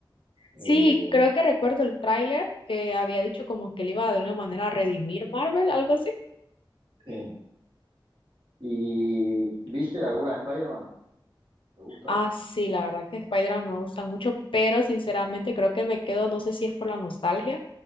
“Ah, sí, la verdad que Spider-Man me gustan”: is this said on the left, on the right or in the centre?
Left